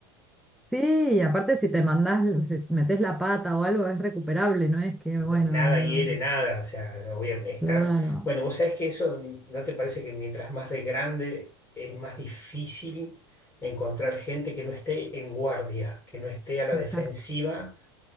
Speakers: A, in the centre; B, on the left.
A: Sí, y aparte si te
B: y,
A: mandás, si metes la pata o algo es recuperable, no es que,
B: Nada
A: bueno,
B: hiere
A: no-
B: nada, o sea, obviamente está...
A: claro,
B: Bueno, vos sabés que eso, ¿no te parece que mientras más de grande es más difícil encontrar gente que no esté en guardia, que no esté a la
A: exacto.
B: defensiva?